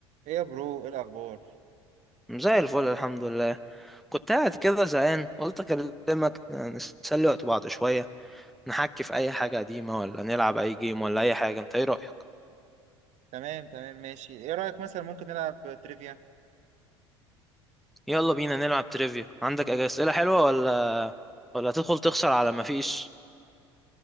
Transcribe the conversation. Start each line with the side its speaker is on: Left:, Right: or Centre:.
Right: ايه يا برو ايه الاخبار
Centre: زي الفل الحمد لله كنت قاعد كده زهقان قلت اكلمك نسلي وقت بعض شوية نحكي في اي حاجة قديمة ولا نلعب اي جيم ولا اي حاجة انت ايه رأيك
Right: تمام تمام ماشي ايه رايك مثلا ممكن نلعب تريفيا
Centre: يلا بينا نلعب تريفيا عندك اسئلة حلوة ولا ولا هتدخل تخسر على ما فيش